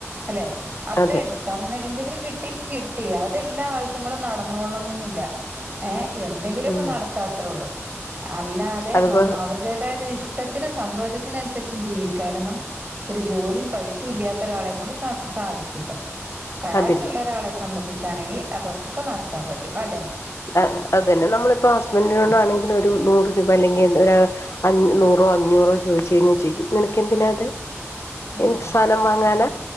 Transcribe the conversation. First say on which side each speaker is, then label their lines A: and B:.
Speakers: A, on the right; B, on the left.
A: അല്ലെ അത്രയുള്ളൂ
B: അതെ
A: തന്ന എന്തെങ്കിലും കിട്ടിയെങ്കി കിട്ടി അതെല്ലാ ആവശ്യങ്ങളും നടന്നോള്ളന്നൊന്നുമില്ല. ഏ എന്തെങ്കിലുമൊക്കെ
B: ഉം
A: നടത്താത്രേള്ളൂ അല്ലാതെ
B: അതുപോ
A: ന അവരുടെ എന്ത ഒരു ഇഷ്ടത്തിനും സന്തോഷത്തിനും അനുസരിച്ച് ജീവിക്കാനന്നും ഒരു ജോലിയും പൈസ ഇല്ലാത്ത ഒരാളെ കൊണ്ട് സ സാധിക്കൂല ക്യാഷ്
B: അതില്ല
A: ഉള്ള ഒരാളെ സംബന്ധിച്ചാണെങ്കിൽ അതൊക്കെ നടത്താൻ പറ്റും അല്ലെ
B: ആ അതന്നെ നമ്മളിപ്പോ ഹസ്ബൻഡിനോട് ആണെങ്കിലും ഒരു നൂറ് രൂപ അല്ലെങ്കിൽ അ നൂറോ അഞ്ഞൂറോ ചോദച്ച് കഴിഞ്ഞൽ ചോയിക്കും നിനക്ക് എന്തിനാ അത് എന്ത്
A: അതെ അതെ
B: സാധനം
A: അതെ
B: വാങ്ങാന